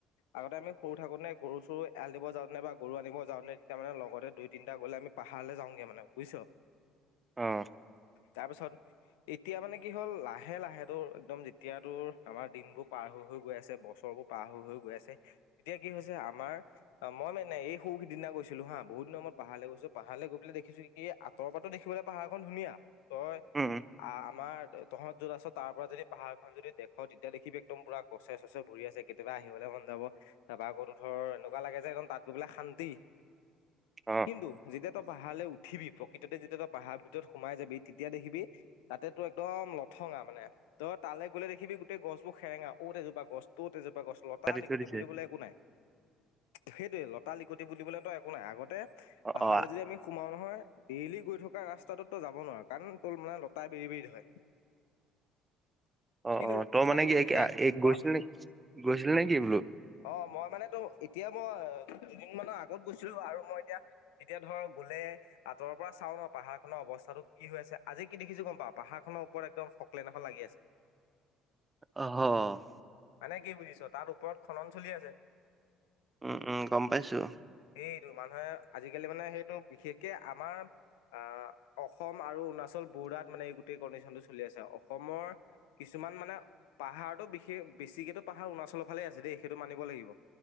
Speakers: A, on the left; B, on the right.
A: আগতে আমি সৰু থাকোতেনে গৰু চৰু এৰাল দিব যাওঁতেনে বা গৰু আনিব যাওঁতে তেতিয়া মানে লগতে দুই তিনিটা গ'লে আমি পাহাৰলে যাওঁগে মানে বুইছ।
B: অঁ
A: তাৰপিছত, এতিয়া মানে কি হ'ল লাহে লাহে তোৰ একদম যেতিয়া তোৰ আমাৰ দিনবোৰ পাৰ হৈ-হৈ গৈ আছে, বছৰবোৰ পাৰ হৈ-হৈ গৈ আছে, এতিয়া কি হৈছে আমাৰ অ মই মানে এই সৌ সিদিনা গৈছিলোঁ হা, বহুত দিনৰ মূৰত পাহাৰলে গৈছোঁ, পাহাৰলে গৈ পেলাই দেখ দেখিছো কি, আঁতৰ পা ত দেখিবলৈ পাহাৰখন ধুনীয়া, তই
B: উম উম,
A: আ আমাৰ তহঁত যত আছ তাৰ পৰা যদি পাহাৰখন যদি দেখ তেতিয়া দেখিবি একদম পুৰা গছে চছে ভুৰি আছে, কেতিয়াবা আহিবলে মন যাব। তাপা আকৌ তোৰ ধৰ এনেকুৱা লাগে যে একদম তাত গৈ পেলাই শান্তি।
B: অ
A: কিন্তু যেতিয়া তই পাহাৰলে উঠিবি, প্ৰকৃততে যেতিয়া তই পাহাৰ ভিতৰত সোমাই যাবি তেতিয়া দেখিবি তাতে তোৰ একদম লথঙা মানে। তই তালে গ'লে দেখিবি গোটেই গছবোৰ সেৰেঙা, অত এজোপা গছ তত এজোপা গছ। লতা
B: কাটি
A: লিকতি
B: থৈ দিছে
A: বুলিবলে একো নাই, সেইটোৱে লতা লিকতি বুলিবলে একো নাই আগতে
B: অ
A: পাহালে
B: অ
A: যদি আমি সোমাও নহয়, ডেইলী গৈ থকা ৰাস্তাটোত তই যাব নোৱাৰো কাৰণ তোৰ মানে লতাই বেৰি বেৰি ধৰে।
B: অ-অ,
A: কিন্তু
B: তই মানে
A: আজিকালি
B: কি এইক
A: সেই
B: এইক গৈছি‌লি
A: অ
B: গৈছিলি নে কি বোলো?
A: অ, মই মানে তোৰ এতিয়া মই দুদিন মানৰ আগত গৈছিলো আৰু মই এতিয়া এতিয়া ধৰ গলে আঁতৰ পা চাও ন পাহাৰখনৰ অৱস্থাটো কি হৈ আছে, আজি কি দেখিছো গম পাও পাহাৰখনৰ ওপৰত একদম ফক্লেন এখন লাগি আছে।
B: অঁহ।
A: মানে কি বুজিছ? তাত ওপৰত খনন চলি আছে।
B: উম উম গম পাইছোঁ।
A: সেইটো মানুহে আজিকালি মানে সেইটো বিশেষকে আমাৰ- আঁহ অসম আৰু অৰুণাচল বৰদাত মানে এই গোটেই কণ্ডিচনটো চলি আছে। অসমৰ- কিছুমান মানে পাহাৰটো বিশেষ বেছিকেটো পাহাৰ অৰুণাচলৰ ফালেই আছে দেই। সেইটো মানিব লাগিব।